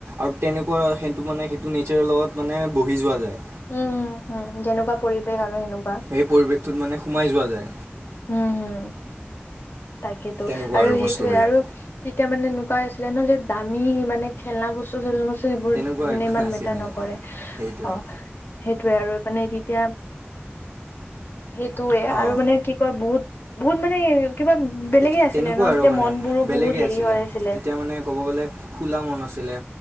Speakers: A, on the right; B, on the left.
A: আৰু তেনেকুৱা সেইটো সেইটো নেচাৰৰ লগত মানে বহি যোৱা যায়
B: উম উম হম যেনেকুৱা পৰিৱেশ আৰু সেনেকুৱা
A: সেই পৰিৱেশটোত মানে সোমাই যোৱা যায়
B: উম হম তাকেইতো
A: তেনেকুৱা
B: আৰু সেইটোৱে
A: বস্তুবিলাক
B: আৰু তেতিয়া মানে এনেকুৱাই হৈছিলে নহয় যে দামী মানে খেলা বস্তু চেলনা বস্তু সেইবোৰ
A: তেনেকুৱা
B: মানে
A: একো
B: ইমান
A: নাছিলে
B: মেটাৰ নকৰে
A: সেইটোৱে
B: অ সেইটোয়ে আৰু মানে তেতিয়া সেইটোয়ে
A: অঁ
B: আৰু মানে কি কয় বহুত বহুত মানে কিবা বেলেগে
A: এইটো
B: আছিলে
A: তেনেকুৱা
B: ন
A: আৰু
B: তেতিয়া
A: মানে
B: মন বোৰো
A: বেলেগেই
B: বহুত হেৰি হৈ আছিলে
A: তেতিয়া মানে ক'ব গ'লে খুলা মন আছিলে